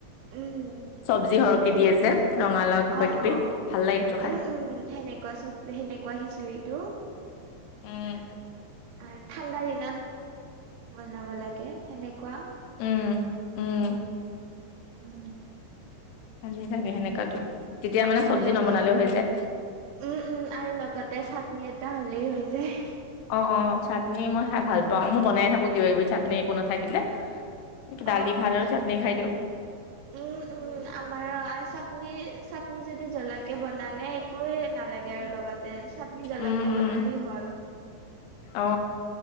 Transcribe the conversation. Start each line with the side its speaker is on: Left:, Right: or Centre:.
Right: উম
Left: চব্জি সৰহকে
Right: সেইটো
Left: দিয়ে যে ৰঙালাও কিবা
Right: অ
Left: কিবি
Right: অ
Left: ভাল লাগে সেইটো খাই
Right: উম উম সেনেকুৱা চব যে সেনেকুৱা খিচৰিটো
Left: উম
Right: আৰু ঠাণ্ডা দিনত বনাব লাগে সেনেকুৱা
Left: উম উম
Right: উম
Left: ভালি লাগে সেনেকুৱাটো তেতিয়া মানে
Right: আৰু
Left: চব্জি
Right: লগত
Left: নবনালেও হৈ যায়।
Right: উম উম আৰু লগতে চাটনি এটা হ'লেই হৈ যায়।
Left: অ অ চাটনি মই খাই ভাল পাও মই বনাই থাকো কিবা কিবি চাটনি একো ন থাগিলে দালি
Right: অ'
Left: ভাত
Right: অ'
Left: আৰু চাটনি খাই দিওঁ
Right: উম উম আমাৰ চাটনি চাটনি যদি জ্বলাকে বনালে একোৱে নালাগে আৰু লগত তে চাটনি জ্বলাকে
Left: উম উম
Right: বনালি হল,
Left: অ